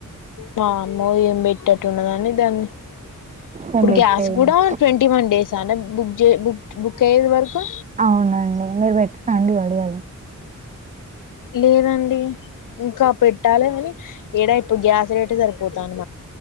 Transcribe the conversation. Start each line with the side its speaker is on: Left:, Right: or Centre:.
Left: వామ్మో ఏం పెద్దేటట్టుంది దాని ఇప్పుడు
Right: మేము పెట్టేదండి
Left: గ్యాస్ కూడా ట్వంటీ వన్ డేస్ అన్న బుక్ బుక్ బుక్ అయ్యేది వరకు
Right: అవునండి మీరు పెట్ట రండి వడియాలు
Left: లేదండి ఇంకా పెట్టాలి కాని ఎడా ఇప్పుడు గ్యాస్ చేయబట్టి సరిపోతుంది